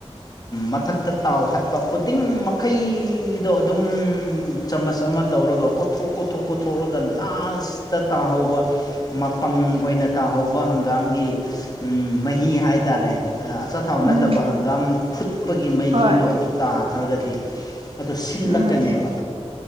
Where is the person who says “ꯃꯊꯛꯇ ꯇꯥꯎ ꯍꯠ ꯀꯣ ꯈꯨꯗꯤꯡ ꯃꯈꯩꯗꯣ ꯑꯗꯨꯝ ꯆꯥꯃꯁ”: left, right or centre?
Left